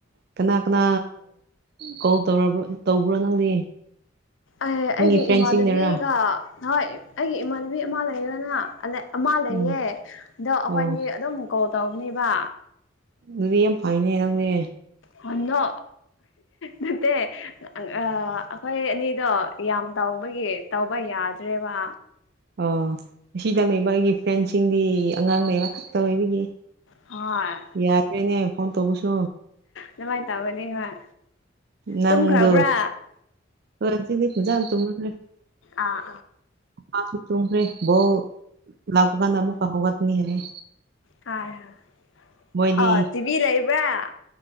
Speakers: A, on the right; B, on the left.
A: ꯀꯅꯥ ꯀꯅꯥ ꯀꯣꯜ ꯇꯧ ꯇꯧꯕ꯭ꯔꯣ ꯅꯪꯗꯤ
B: ꯑꯩꯒꯤ
A: ꯅꯪꯒꯤ ꯐ꯭ꯔꯦꯟꯁꯤꯡꯅꯔꯥ
B: ꯏꯃꯥꯟꯅꯕꯤꯒ ꯍꯣꯏ ꯑꯩꯒꯤ ꯏꯃꯥꯟꯅꯕꯤ ꯑꯃ ꯂꯩꯗꯅ ꯑꯃ ꯂꯩꯌꯦ
A: ꯎꯝ
B: ꯑꯗꯣ ꯑꯩꯈꯣꯏꯅꯤ
A: ꯑꯣ
B: ꯑꯗꯨꯝ ꯀꯣꯜ ꯇꯧꯕꯅꯤꯕ
A: ꯑꯗꯨꯗꯤ ꯌꯥꯝ ꯐꯥꯏꯅꯦ ꯅꯪꯗꯤ
B: ꯅꯣ ꯅꯣ ꯅꯠꯇꯦ ꯑꯩꯈꯣꯏ ꯑꯅꯤꯗꯣ ꯌꯥꯝ ꯇꯧꯕꯒꯤ ꯇꯧꯕ ꯌꯥꯗ꯭ꯔꯦꯕ
A: ꯑ ꯁꯤꯗ ꯂꯩꯕ ꯑꯩꯒꯤ ꯐ꯭ꯔꯦꯟꯁꯤꯡꯗꯤ ꯑꯉꯥꯡ ꯂꯩꯕ ꯈꯛꯇ ꯑꯣꯏꯕꯒꯤ
B: ꯍꯣꯏ
A: ꯌꯥꯗꯔꯦꯅꯦ ꯐꯣꯟ ꯇꯧꯕꯁꯨ
B: ꯑꯗꯨꯃꯥꯏꯟ ꯇꯧꯒꯅꯤ ꯍꯣꯏ
A: ꯅꯪꯗꯨ
B: ꯇꯨꯝꯈ꯭ꯔꯕ꯭ꯔꯥ
A: ꯍꯁꯤꯗꯤ ꯐꯖꯅꯥ ꯇꯨꯝꯃꯒꯦ
B: ꯑꯥ
A: ꯃꯥꯁꯨ ꯇꯨꯝꯈ꯭ꯔꯦ ꯕꯣꯜ ꯂꯥꯛꯄ ꯀꯥꯟꯗ ꯑꯃꯨꯛꯀ ꯍꯧꯒꯠꯅꯤ ꯍꯥꯏꯌꯦ
B: <unintelligible>
A: ꯃꯣꯏꯗꯤ
B: ꯇꯤꯚꯤ ꯂꯩꯕ꯭ꯔꯥ